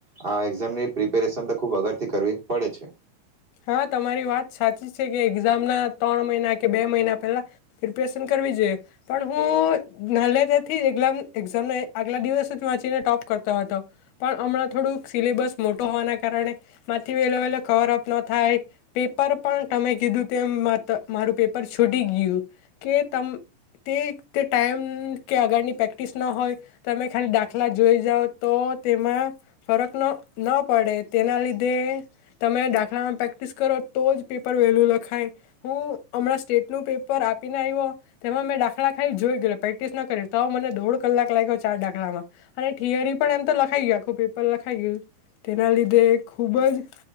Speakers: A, on the right; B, on the left.
A: આ એક્ઝામની પ્રિપેરેશન તો ખુબ અગરથી કરવી પડે છે.
B: હા તમારી વાત સાચી છે કે એક્ઝામના ત્રણ મહિના કે બે મહિના પહેલા, પ્રિપરેશન કરવી જોઈએ, પણ હું નાનલે તારાથી જ એક્ઝામ આગલા દિવસ જ વાંચીને ટોપ કરતો હતો, પણ હમણાં થોડુંક સિલેબસ મોટો હોવાના કારણે, માંથી વહેલો વહેલો કવર અપ ન થાય, પેપર પણ તમે કીધું તેમ મારું પેપર છૂટી ગયું, કે તમ તે તે ટાઈમ કે આગળની પ્રેક્ટિસ ન હોય, તમે ખાલી દાખલા જોઈ જાઓ તો તેમાં ફરક ન ન પડે તેના લીધે તમે દાખલા પ્રેક્ટિસ કરો તો જ પેપર વેલ્યુ લખાય, હું હમણાં સ્ટેટનું પેપર આપીને આવ્યો, તેમાં મેં દાખલા ખાઈ જોઈ ગય પ્રેક્ટિસ ન કરી તો મને દોઢ કલાક લાગ્યો ચાર દાખલામાં, અને થિયરી પણ એમ તો લખાઈ ગય આખું પેપર લખાઈ ગયું, તેના લીધે ખૂબ જ